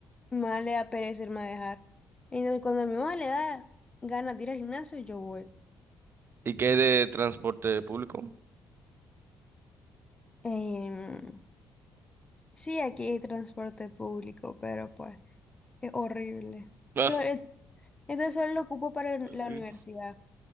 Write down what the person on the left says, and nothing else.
mi mamá le da pereza irme a dejar. Entonces cuando a mi mamá le da ganas de ir al gimnasio, yo voy.
Em, sí, aquí hay transporte público, pero pues es horrible.
So- eh, entonces solo lo ocupo para la
universidad,